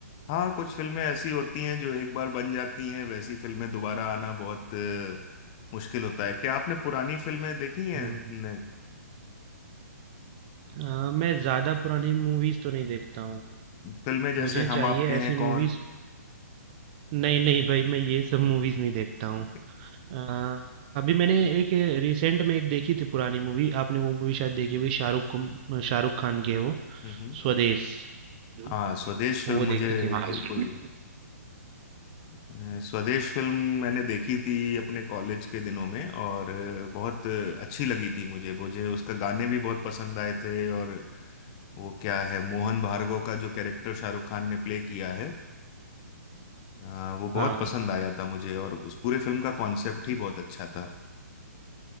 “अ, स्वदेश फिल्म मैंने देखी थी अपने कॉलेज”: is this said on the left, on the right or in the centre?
Left